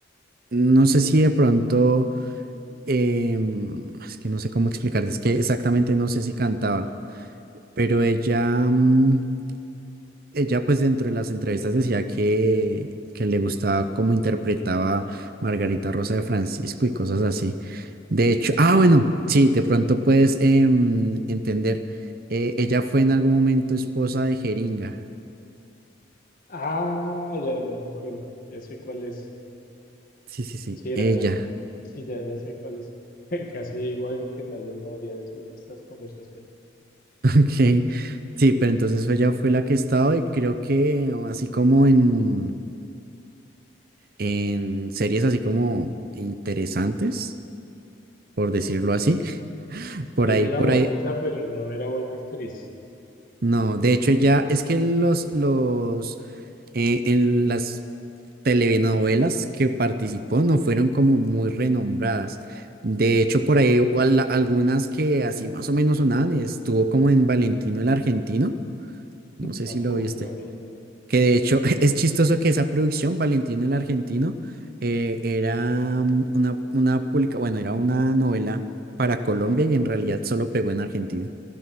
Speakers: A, on the right; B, on the left.
A: no sé si de pronto, em, es que no sé cómo explicarte, es que exactamente no sé si cantaba. Pero ella, mm, ella pues dentro de las entrevistas decía que, que le gustaba cómo interpretaba Margarita Rosa de Francisco y cosas así. De hecho, ah, bueno, sí, de pronto puedes em, entender. eh, ella fue en algún momento esposa de Jeringa.
B: Ah, ya, ya me acuerdo. Ya sé cuál es.
A: Sí, sí, sí,
B: Sí, era,
A: ella. <laughs>
B: sí, ya, ya sé cuál es. <laughs> Casi digo algo que tal vez no debería decir en estas conversaciones.
A: Ok. Sí, pero entonces ella fue la que estaba y creo que así como en, en series así como interesantes, por decirlo así. Por
B: Ella
A: ahí,
B: era
A: por
B: bonita,
A: ahí,
B: pero no era buena actriz.
A: No, de hecho ya es que los, los, eh, en las telenovelas que participó no fueron como muy renombradas. De hecho, por ahí o al- algunas que así más o menos sonaban, estuvo como en Valentino el Argentino, no sé
B: Tampoco
A: si lo viste.
B: la vi.
A: Que de hecho <laughs> es chistoso que esa producción, Valentino el Argentino, eh, era mm, una, una publica, bueno, era una novela para Colombia y en realidad solo pegó en Argentina,